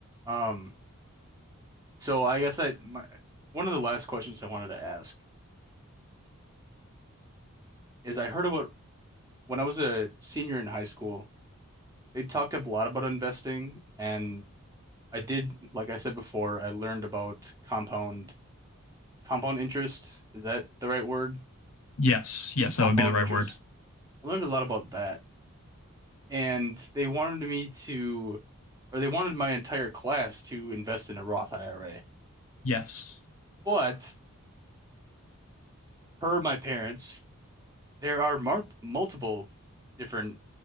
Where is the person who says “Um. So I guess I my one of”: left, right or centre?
Right